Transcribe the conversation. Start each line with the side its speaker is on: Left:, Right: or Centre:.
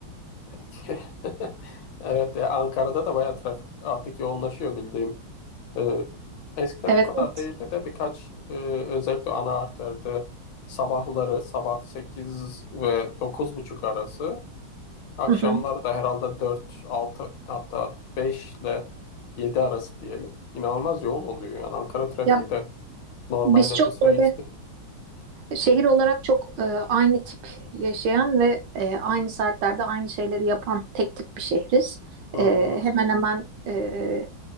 Left: <laughs> Evet e, Ankara'da da bayağı trafik artık yoğunlaşıyor bildiğim. Ee, eskiden
Right: Evet,
Left: bu kadar
Right: evet.
Left: değildi de birkaç e, özellikle ana arterde sabahları sabah 8 ve dokuz buçuk arası Akşamlar
Right: Hı hı.
Left: da herhalde 4 altı hatta 5 ile 7 arası diyelim. İnanılmaz yoğun oluyor yani. Ankara trafiği
Right: Ya
Left: de normalin
Right: biz
Left: ötesine
Right: çok böyle
Left: geçti.
Right: Şehir olarak çok e, aynı tip yaşayan ve e, aynı saatlerde aynı şeyleri yapan tek tip bir şehriz.
Left: Hmm,
Right: E, hemen hemen e,